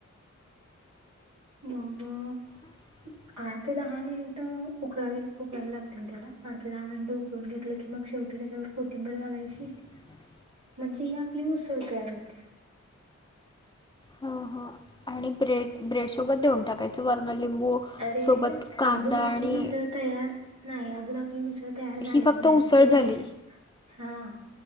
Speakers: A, on the right; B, on the left.
A: मग
B: <inaudible>
A: आठ ते दहा मिनिटं उकळावे उकळायला लागतील त्याला, आठ ते दहा मिनट उकळून घेतलं की मग शेवटी त्याच्यावर कोथिंबर घालायची
B: <inaudible>
A: म्हणजे ही आपली उसळ तयार होत्या.
B: हां हां आणि ब्रेड, ब्रेड सोबत देऊन टाकायचं वरन लिंबू
A: अरे
B: सोबत
A: अरे नाही,
B: कांदा
A: अजून आपली
B: आणि
A: मिसळ तयार नाही, अजून आपली मिसळ तयार झालीच
B: ही फक्त
A: नाही,
B: उसळ
A: तिचा
B: झाली
A: हां